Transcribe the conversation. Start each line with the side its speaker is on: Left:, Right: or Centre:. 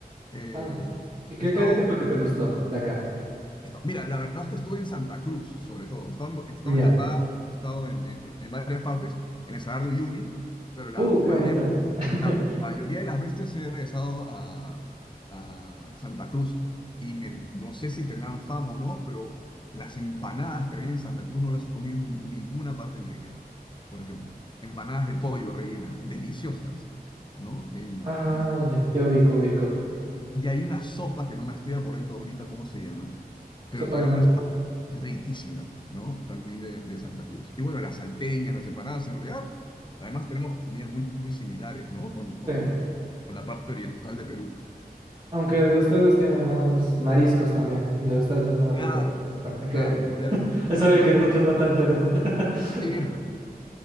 Left: Eh,
Right: Ah, ¿qué, qué,
Left: he estado,
Right: qué- qué es lo que te gustó de acá?
Left: he estado- mira, la verdad es que estuve en Santa Cruz, sobre todo. He estado, en he estado
Right: Ya.
Left: en La Paz, he estado en, en- en varias partes, en el Salar de Uyuni, pero la
Right: Uh, qué
Left: mayoría
Right: bonita. <laughs>
Left: la mayoría de las veces he regresado a, a Santa Cruz y me- no sé si tendrán fama o no, pero las empanadas que había en Santa Cruz no las he comido en ninguna parte de mi vida. Por ejemplo, empanadas de pollo rellenas, deliciosas, ¿no? En-
Right: Ah, ya, yo ubico, ubico.
Left: y hay una sopa que no me estoy acordando ahorita cómo se llama, pero
Right: Sopa
Left: también
Right: de maní.
Left: una sopa riquísima, ¿no? También de, de Santa Cruz. Y bueno, las salteñas, las empanadas, en realidad, además tenemos comidas muy, muy similares, ¿no? Con, con,
Right: Sí.
Left: con la parte oriental de Perú.
Right: Aunque de ustedes tienen más mariscos también. De ustedes es más
Left: Claro,
Right: rico esa parte
Left: claro,
Right: que...
Left: en realidad,
Right: Es
Left: la
Right: obvio
Left: comida,
Right: que nosotros no tanto en eso. <laughs>
Left: sí, <laughs>